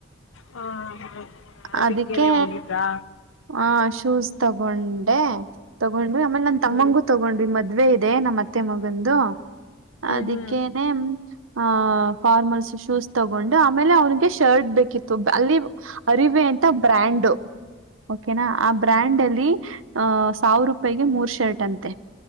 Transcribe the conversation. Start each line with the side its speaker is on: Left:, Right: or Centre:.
Left: ಹಾ ಹಾ ಅದಕ್ಕೇನೆ
Right: ಅದಕ್ಕೆ.
Left: ಹೋಗಿದ್ರಾ
Right: ಹಾ ಶೂಸ್ ತಗೊಂಡೆ ತಗೊಂಡ. ಆೇಲೆ ನನ್ ತಮ್ಮಂಗೂ
Left: ಹ್ಮ್
Right: ತಗೊಂಡ್ ಮೆ. ಮದ್ವೆ ಇದೆ ನಮ್ಮ. ಮತ್ತೆ ಮಗಂದು. ಅದಕ್ಕೇನೆ.
Left: ಹ್ಮ್ ಹ್ಮ್
Right: ಆ ಫಾರ್ಮಲ್ಸ್ ಶೂಸ್ ತಗೊಂಡು ಆಮೇಲೆ ಅವ್ನಿಗೆ ಶರ್ಟ್ ಬೇಕಿತ್ತು ಅಲ್ಲಿ ಅರಿವೆ ಅಂತ ಬ್ರ್ಯಾಂಡು. ಓಕೆನಾ ಆ ಬ್ರ್ಯಾಂಡ್ ಅಲ್ಲಿ. ಅಹ ಸಾವಿರ ರೂಪಾಯಿಗೆ ಮೂರ್ ಶರ್ಟ್ ಅಂತೆ.